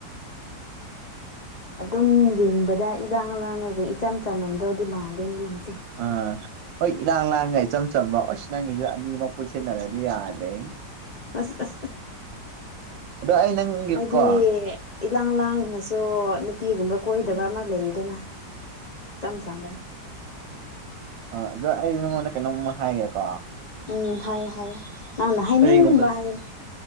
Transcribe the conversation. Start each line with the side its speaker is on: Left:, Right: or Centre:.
Right: <unintelligible>
Left: ꯑꯗꯨꯝ ꯌꯦꯡꯕꯗ ꯏꯔꯥꯡ ꯂꯥꯡꯉꯒ ꯏꯆꯝ ꯆꯝꯃꯝꯗꯧꯗꯤ ꯃꯥꯟꯂꯦ ꯅꯪꯁꯦ
Right: ꯑꯥ ꯍꯣꯏ ꯏꯔꯥꯡ ꯂꯥꯡꯒꯩ ꯏꯆꯝ ꯆꯝꯕ ꯑꯣꯁ ꯅꯪꯒꯤꯗꯣ ꯑꯅꯤ ꯑꯃ ꯄꯨꯟꯁꯤꯟꯅꯔꯗꯤ ꯌꯥꯗ꯭ꯔꯦ
Left: ꯑꯁ ꯑ
Right: ꯑꯗꯣ ꯑꯩ ꯅꯪꯒꯤꯀꯣ
Left: ꯍꯥꯏꯗꯤ ꯏꯂꯥꯡ ꯂꯥꯡꯂꯒꯁꯨ ꯅꯨꯄꯤꯒꯨꯝꯕ ꯀꯣꯏꯗꯕ
Right: ꯎꯝ
Left: ꯑꯃ ꯂꯩꯗꯅ ꯏꯆꯝ ꯆꯝꯅ
Right: ꯑ ꯑꯗꯣ ꯑꯩ ꯅꯉꯣꯟꯗ ꯀꯩꯅꯣꯝꯃ ꯍꯥꯏꯒꯦꯀꯣ
Left: ꯎꯝ ꯍꯥꯏꯌꯣ ꯍꯥꯏꯌꯣ ꯅꯪꯅ ꯍꯥꯏꯅꯤꯡꯕ
Right: ꯀꯔꯤꯒꯨꯝꯕ
Left: ꯍꯥꯢꯌꯣ